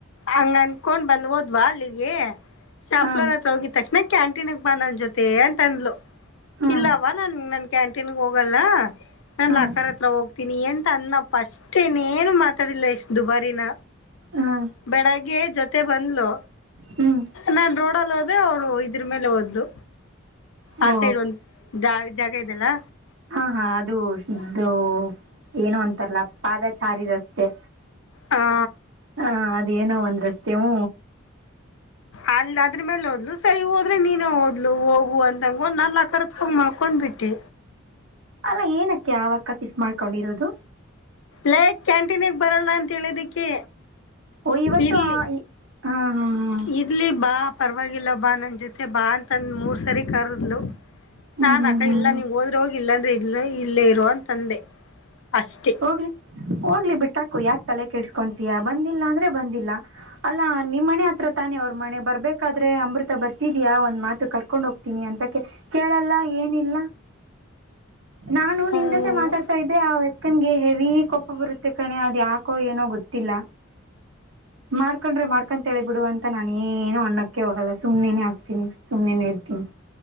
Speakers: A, on the left (about 65°); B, on the right (about 65°).
A: ಹಂಗ ಅನ್ಕೊಂಡ್ ಬಂದ್ ಹೋದ್ವಾ ಅಲ್ಲಿಗೆ ಶಾಫಲೋರ್
B: ಹಾ
A: ಹತ್ರ ಹೋಗಿದ ತಕ್ಷಣ ಕ್ಯಾಂಟಿ ಕಂಟೀನ್ ಬಾ ನನ್ ಜೊತೆ ಅಂತ ಅಂದ್ಲು
B: ಹಾ
A: ಇಲ್ಲವಾ ನನ್ ನನ್ ಕ್ಯಾಂಟೀನ್ಗ ಹೋಗಲ್ಲ ನಾನ
B: ಹ್ಮ್
A: ಅಕ್ಕ ಹತ್ರ ಹೋಗ್ತೀನಿ ಎಂತ ಅನ್ನಪ್ಪ ಅಷ್ಟೇನೇನು ಮಾತಾಡಿಲ್ಲ ಎಷ್ಟ್ ದುಬಾರಿನ
B: ಹ್ಮ
A: ಬೆಳಗ್ಗೆ ಜೊತೆ ಬಂದ್ಲು
B: ಹ್ಮ್
A: ನಾನ್ ರೋಡಲ್ಲಿ ಹೋದ್ರೆ ಅವ್ಳು ಇದ್ರ ಮೇಲೆ ಹೋದ್ಲು ಆ
B: ಓ
A: ಸೈಡ್ ಒಂದು ಜ ಜಾಗ ಇದೆಲ್ಲಾ
B: ಹಾ ಹಾ ಅದು ಇದು ಏನೂ ಅಂತಾರಲ್ಲ ಪಾದಚಾರಿ ರಸ್ತೆ
A: ಹಾ
B: ಹಾ ಅದೇನೋ ಒಂದ್ ರಸ್ತೆ ಹೂ
A: ಅಲ್ ಅದ್ರ ಮೇಲೆ ಹೋದ್ಲು ಸರಿ ಹೋದ್ರೆ ನೀನೇ ಹದ್ಲು ಹೋಗುವ ಅಂತಂಗೊಂಡ್ ನ ಆಕರ್ ಹ ಮಲ್ಕೊಂಡ್ಬಿಟ್ಟೆ
B: ಅಲ್ಲ ಏನಕ್ಕೆ ಆವಕ್ಕ ಸಿಟ್ ಮಾಡ್ಕೊಂಡಿರೋದು
A: ಲೈಕ್ ಕ್ಯಾಂಟೀನ್ಗೆ ಬರಲ್ಲ ಅಂತ ಹೇಳಿದಕ್ಕೆ
B: ಓ ಇವತ್ತು
A: ಇರ್ಲಿ
B: ಆ ಈ ಹಾ ಹಾ ಹಾ
A: ಇರ್ಲಿ ಬಾ ಪರವಾಗಿಲ್ಲ ಬಾ ನನ್ ಜೊತೆ ಬಾ ಅಂತಂದ ಮೂರ್ ಸರಿ ಕರದ್ಲು
B: ಹ್ಮ್
A: ನಾನ್
B: ಹ್ಮ್
A: ಅಕ್ಕ
B: ಹ್ಮ್ ಹ್ಮ್
A: ಇಲ್ಲ ನೀಂಗ ಹೋದ್ರೆ ಹೋಗಿ ಇಲ್ಲಾಂದ್ರೆ ಇಲ್ಲ ಇಲ್ಲೇ ಇರುವಂತಂದೆ ಅಷ್ಟೇ
B: ಹೋಗ್ಲಿ ಹೋಗ್ಲಿ ಬಿಟ್ಟಾಕು ಯಾಕ ತಲೆ ಕೆಡ್ಸ್ಕೊತೀಯಾ ಬಂದಿಲ್ಲ ಅಂದ್ರೆ ಬಂದಿಲ್ಲ ಅಲ್ಲಾ ನಿಮ್ಮ ಮನೆ ಹತ್ರ ತಾನೆ ಅವ್ರ ಮನೆ ಬರ್ಬೇಕಾದ್ರೆ ಅಮೃತ ಬರ್ತಿದ್ಯಾ ಒಂದ್ ಮಾತು ಕರ್ಕೊಂಡ್ಗ ನಿ ಅಂತ ಕೇಳಲ್ಲ ಏನಿಲ್ಲ ನಾನು
A: ಹ್ಮ್
B: ನಿನ್ ಜೊತೆ ಮಾತಾಡ್ತಾ ಇದ್ದೆ ಆ ನಂಗೆ ಹೆವಿ ಕೋಪ ಬರುತ್ತೆ ಕಣೆ ಅದ ಯಾಕೋ ಏನೋ ಗೊತ್ತಿಲ್ಲ ಮಾಡ್ಕೊಂಡ್ರೆ ಮಾಡ್ಕೊಂತಲೇ ಬಿಡು ಅಂತ ನಾನು ಏನು ಅಣ್ಣಕ್ಕೆ ಹೋಗಲ್ಲ ಸುಮ್ಮನೆೇ ಹಕ್ತೀನಿ ಸುಮ್ಮ್ನೆ ಇರ್ತೀನಿ